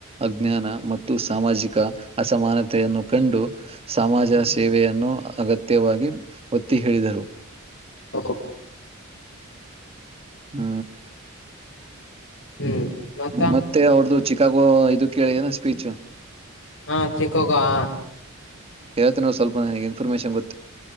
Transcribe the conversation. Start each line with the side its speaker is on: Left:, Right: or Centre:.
Right: ಅಜ್ಞಾನ ಮತ್ತು ಸಾಮಾಜಿಕ ಅಸಮಾನತೆಯನ್ನು ಕಂಡು. ಸಮಾಜ
Left: ಹ್ಮ್
Right: ಸೇವೆಯನ್ನು ಅಗತ್ಯವಾಗಿ ಒತ್ತಿ ಹೇಳಿದರು.
Left: ಓ
Right: ಹ್ಮ
Left: ಹ್ಮ್ ಮತ್ತ
Right: ಮತ್ತೆ ಅವ್ರದುು ಚಿಕಾಗೋ ಇದದು ಕೇಳಏನ ಸ್ಪೀಚ್.
Left: ಹಾ ಚಿಕಾಗೊ ಹ.
Right: ಹೇಳಿನ್ ನೋ ಸ್ವಲ್ಪ ಇನ್ಫರ್ಮೆಷನ್ ಗೊ